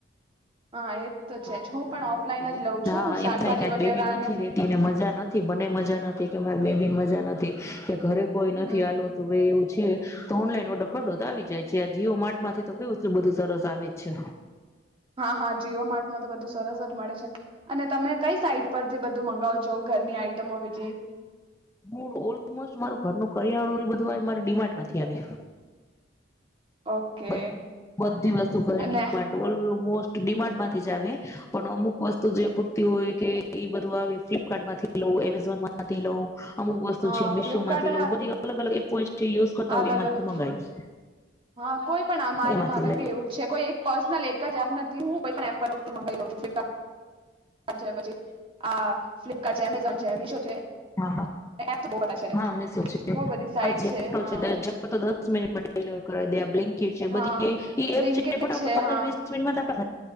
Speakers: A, on the left (about 15°); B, on the right (about 30°).
A: <unintelligible>
B: હા એ તો છે
A: એટલે
B: જ હું પણ ઓફલાઈન જ લઉં છું
A: હા,
B: શાકભાજી
A: એમ થાય કે આ
B: વગેરેને
A: બેબી નથી રેતી, ને મજા નથી બને મજા મજા નથી, કે મારી બેબીન મજા નથી કે ઘરે કોઈ
B: હમ
A: નથી, આલો તો રે એવું છે. તો ઓનલાઈન ઓડર કર દો તો આવી જાય છે, આ જીઓ માર્ટ માંથી તો કઈએટલું બધું સરસ આવે છે!
B: હા, હા જીઓ માર્ટમાં તો બધું સરસ જ મળે છે. અને તમે કઈ સાઈટ પરથી બધું મંગાવો છો ઘરની આઈટમો બીજી?
A: હું ઓલમોસ્ટ મારું ઘરનું કરિયાણું ને બધું મારી મારે ડી માર્ટ માંથી આવે
B: ઓકે
A: બધ, બધી વસ્તુ ઘરે
B: અને
A: ડી માર્ટ, ઓલમોસ્ટ ડી માર્ટમાંથી જ આવે પણ અમુક વસ્તુ જે ખુટતી હોય કે એ બધું આવે ફ્લિપકાર્ટમાંથી લઉ, એમેઝોનમાંથી લઉં અમુક વસ્તુ
B: હા
A: છે મિશો
B: ફ્લિપકાર્ટ
A: માંથી લઉ, બધી અલગ અલગ એપ હોય છે યુઝ કરતા
B: અલગ
A: હોય એમાંથી
B: અલગ.
A: મંગાવી
B: હા, કોઈ પણ. આ મારે
A: એમાંથી
B: મારે
A: લે
B: બી એવું જ છે, કોઈ એક પર્સનલ એક જ એપ નથી, હું કોઈ પણ એપ પર હું થી મંગાવી લઉ છું, ફ્લિપકાર્ટ આ છે પછી, આ ફ્લિપ આ છે એમેઝોન છે, મિશો છે.
A: હા
B: એપ તો બહુ બધા છે
A: હા, મિસો છે,
B: બહુ બધી સાઈટ
A: આજીઓ ઓટો
B: હા
A: છે, <unintelligible> તો દસ મિનિટમાં ડેલિવર કરવી દે આ બ્લિંક ઇટ છે, બધીય
B: હા
A: ઈ
B: બ્લિંકેટ
A: એપ છે ફટાફટ પંદર
B: હા
A: વીસ મિનિટમાં તો આપણા